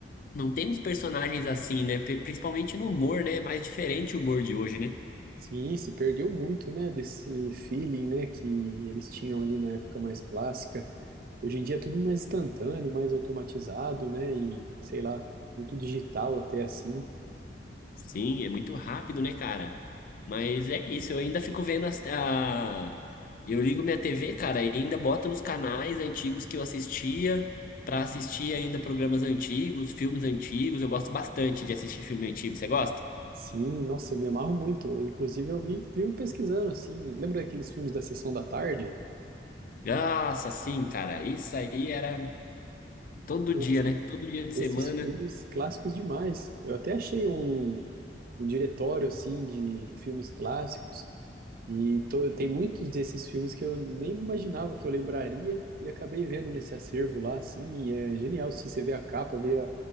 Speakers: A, on the left (about 50°); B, on the right (about 50°).
A: não tem uns personagens assim, né? Pri- Principalmente no humor, né? É mais diferente o humor de hoje, né?
B: Sim, se perdeu muito, né, desse feeling, né, que eles tinham ali na época mais clássica. Hoje em dia é tudo mais instantâneo, mais automatizado, né, e sei lá, muito digital até assim.
A: Sim, é muito rápido, né, cara? Mas é isso, eu ainda fico vendo as, a... Eu ligo minha TV, cara, e ainda boto nos canais antigos que eu assistia, pra assistir ainda programas antigos, filmes antigos. Eu gosto bastante de assistir filme antigo. Você gosta?
B: Sim, nossa, me amarro muito. Inclusive eu vi- vivo pesquisando, assim, lembra aqueles filmes da Sessão da Tarde?
A: Nossa, sim, cara. Isso aí era todo
B: Nossa,
A: dia, né? Todo dia de semana.
B: esses filmes clássicos demais. Eu até achei um, um diretório, assim, de filmes clássicos. E tô, tem muitos desses filmes que eu nem imaginava que eu lembraria e acabei vendo nesse acervo lá, assim, e é genial, assim, você vê a capa, vê a-